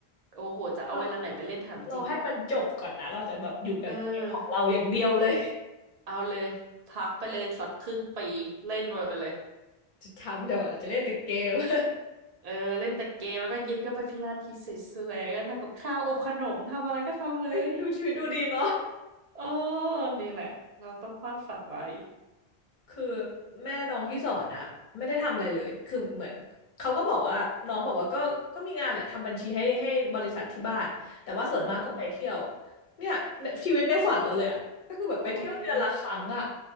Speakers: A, on the right; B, on the left.
A: โอ้โหจะเอาเวลาไหนไปเล่นถามจริง
B: เราเราให้มันจบก่อนนะ เราจะแบบอยู่กับเกมของเราอย่างเดียวเลย
A: เออเอาเลยพักไปเลยสักครึ่งปีเล่นไปเลย
B: จะทำเดี๋ยวจะเล่นแต่เกม <laughs>
A: เออเล่นแต่เกมแล้วก็เย็นก็ไปพิลาทิสสวยๆแล้วก็ทำกับข้าวอบขนมทำอะไรก็ทำเลย
B: เอ้ยดูชีวิตดูดีเนาะ
A: เออนี่แหละ เราต้องวาดฝันไว้
B: คือแม่น้องที่สอนอะไม่ได้ทำอะไรเลยคือเหมือนเขาก็บอกว่าน้องบอกว่าก็ก็มีงานแหละทำบัญชีให้ให้บริษัทที่บ้านแต่ว่าส่วนมากก็ไปเที่ยว
A: อืม
B: เนี่ยชีวิตในฝันเราเลยอะก็คือแบบไปเที่ยวเดือนละครั้งอะ
A: โอ้ย